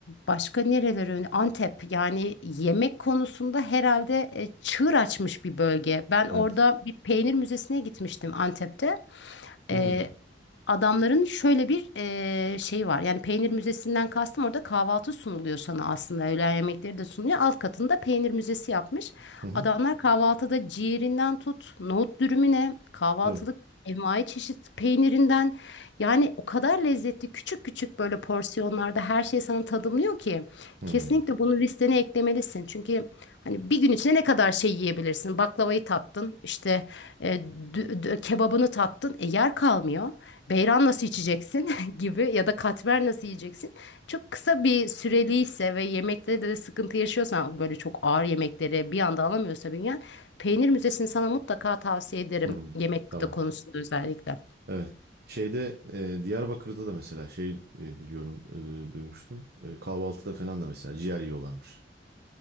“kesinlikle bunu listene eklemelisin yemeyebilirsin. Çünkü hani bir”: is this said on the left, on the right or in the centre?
Left